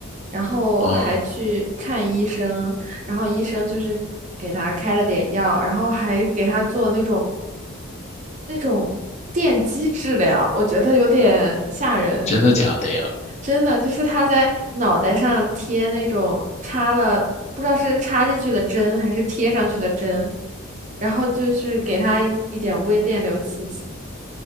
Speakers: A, on the right; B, on the left.
A: 然后还去看医生，
B: 啊，
A: 然后医生就是给他开了点药，然后还给他做那种那种电击治疗，我觉得有点吓人。
B: 真的假的呀？
A: 真的，就是他在脑袋上贴那种插了，不知道是插进去的针还是贴上去的针，然后就是给他一一点微电流刺激。